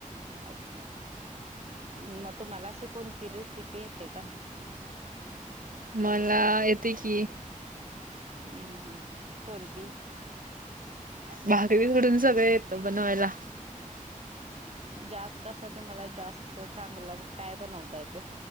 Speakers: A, on the right; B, on the right.
A: अच्छा मग तुम्हाला अशी कोणती रेसिपी येते का?
B: मला येते कि
A: हम्म हम्म हम्म कोणती
B: भाकरी सोडून सगळ येत बनवायला.
A: जास्त असं तुम्हाला जास्त चांगलं काय बनवता येत?